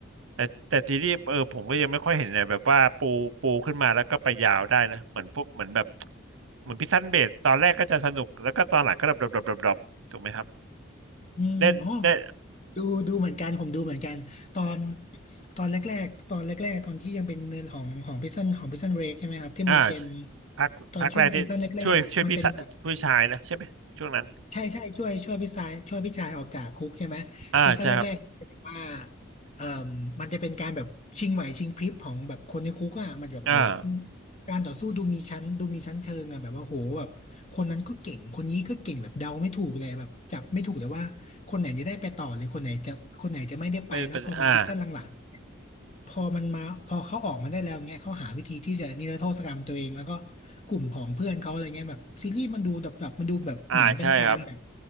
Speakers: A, on the right; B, on the left.
A: แต่แต่ทีนี้เออผมก็ยังไม่ค่อยเห็นเนี่ยแบบว่าปูปูขึ้นมาแล้วก็ไปยาวได้นะเหมือนพวกเหมือนแบบเหมือนพิซซันเบดตอนแรกก็จะสนุกแล้วก็ตอนหลังก็ดรอปดรอปดรอปดรอปถูกไหมครับ
B: อืมอ๋อ
A: ได้ได้
B: ดูดูเหมือนกันผมดูเหมือนกันตอนตอนแรกๆตอนแรกๆตอนที่ยังเป็นเนื้อของของพิซซันของพิซซันเบรกใช่ไหมครับที่มันเป็น
A: อ่าพักพักแรกที่ช่วยช่วยพี่สะผู้ชายนะใช่ไหมช่วงนั้น
B: ตอนช่วงซีซั่นแรกๆอ่ะมันเป็นแบบ ใช่ใช่ช่วยช่วยพี่ชายช่วยพี่ชายออกจากคุกใช่ไหมซีซั่นแรกๆจะแบบว่า
A: อ่าใช่ครับ
B: เอ่อมันจะเป็นการแบบชิงไหวชิงพริบของแบบคนในคุกอ่ะมันจะแบบโห
A: อ่า
B: การต่อสู้ดูมีชั้นดูมีชั้นเชิงอ่ะแบบว่าโหแบบคนนั้นก็เก่งคนนี้ก็เก่งแบบเดาไม่ถูกเลยแบบจับไม่ถูกเลยว่าคนไหนจะได้ไปต่อหรือคนไหนจะคนไหนจะไม่ได้ไปแล้วพอมาซีซั่นหลัง
A: ไม่เป็นอ่า
B: ๆ พอมันมาพอเขาออกมาได้แล้วเงี้ยเขาหาวิธีที่จะนิรโทษกรรมตัวเองแล้วก็กลุ่มของเพื่อนเขาอะไรเงี้ยแบบซีรีส์มันดูดับดับมันดูแบบเหมือนเป็นการแบบ
A: อ่าใช่ครับ